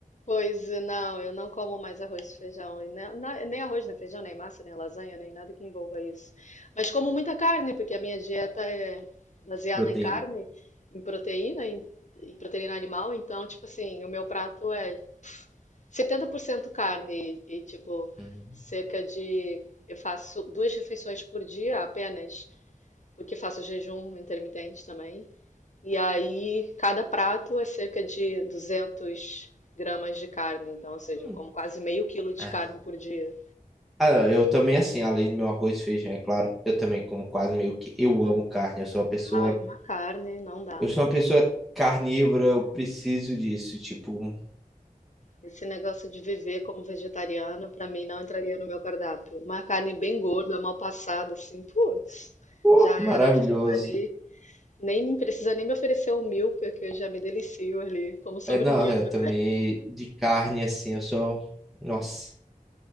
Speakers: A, on the left (about 55°); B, in the centre.
A: Pois é, não, eu não como mais arroz e feijão. E ne- na- nem arroz, nem feijão, nem massa, nem lasanha, nem nada que envolva isso. Mas como muita carne, porque a minha dieta é baseada
B: Proteína.
A: em carne, em proteína, em, em proteína animal. Então, tipo assim, o meu prato é 70% carne e, tipo,
B: Uhum.
A: cerca de. Eu faço duas refeições por dia apenas. porque faço jejum intermitente também. E aí, cada prato é cerca de 200 gramas de carne. Então, ou
B: Hum.
A: seja, eu como quase meio quilo de
B: É.
A: carne por dia.
B: Ah, eu também, assim, além do meu arroz e feijão, é claro, eu também como quase meio que. Eu amo carne, eu sou uma pessoa
A: Ai, uma carne não dá.
B: Eu sou uma pessoa carnívora, eu preciso disso, tipo,
A: Esse negócio de viver como vegetariano, pra mim, não entraria no meu cardápio. Uma carne bem gorda, mal passada, assim, putz,
B: pô,
A: já
B: maravilhoso.
A: era, fico ali. Nem precisa nem me oferecer o milk, que eu já me delicio ali, como sobremesa.
B: É, não, eu também de carne assim, eu sou, nossa,